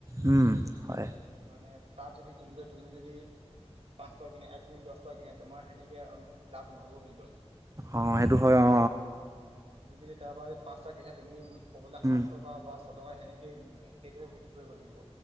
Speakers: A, on the right; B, on the right.
A: উম হয়।
B: মানে তাত যদি কিনুতে তুমি যদি পাঁচ পাই কিনে তুমি দহ টকা কিনে তোমাৰ সেনেকে লাভ নহ'ব কিন্তু
A: অ সেইটো হয় অ।
B: তুমি যদি তাৰপৰা যদি পাঁচটা কিনে তুমি ক'বলে সাত
A: উম
B: টকা বা ছ টকা সেনেকেই সেইটোৱে বিক্ৰী কৰিব লাগিব।